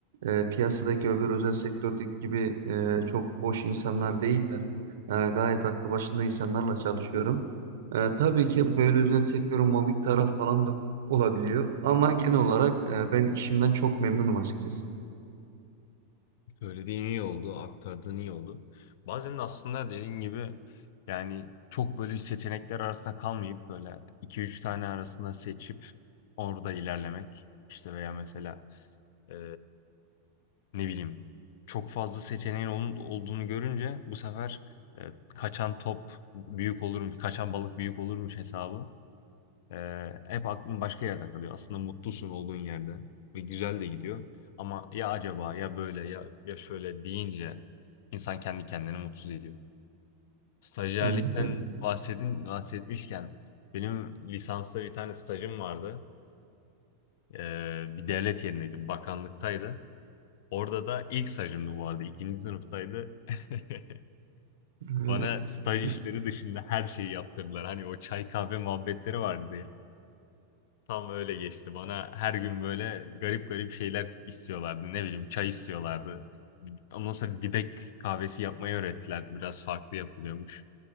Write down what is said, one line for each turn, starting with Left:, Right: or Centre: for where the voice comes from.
Right: e, piyasadaki öbür özel sektördeki gibi e, çok boş insanlar değiller. E, gayet aklı başında insanlarla çalışıyorum. E, tabii ki böyle özel sektörün mobbing taraf falan da olabiliyor. Ama genel olarak e, ben işimden çok memnunum açıkçası.
Left: Söylediğin iyi oldu, aktardığın iyi oldu. Bazen de aslında dediğin gibi yani çok böyle seçenekler arasında kalmayıp böyle iki üç tane arasında seçip orada ilerlemek. İşte veya mesela e, ne bileyim çok fazla seçeneğin ol- olduğunu görünce bu sefer e, kaçan top büyük olurmuş, kaçan balık büyük olurmuş hesabı. Ee, hep aklın başka yerde kalıyor. Aslında mutlusun olduğun yerde ve güzel de gidiyor. Ama ya acaba ya böyle ya ya şöyle deyince insan kendi kendini mutsuz ediyor. Stajyerlikten
Right: Evet evet.
Left: bahsedin bahsetmişken benim lisansta bir tane stajım vardı. Ee, bir devlet yerindeydi, bakanlıktaydı. Orada da ilk stajımdı bu arada. İkinci sınıftaydı. <laughs>
Right: Evet.
Left: Bana staj
Right: <laughs>
Left: işleri dışında her şeyi yaptırdılar. Hani o çay kahve muhabbetleri vardı Tam öyle geçti. Bana her gün böyle garip garip şeyler istiyorlardı. Ne bileyim çay istiyorlardı. Ondan sonra dibek kahvesi yapmayı öğrettilerdi. Biraz farklı yapılıyormuş.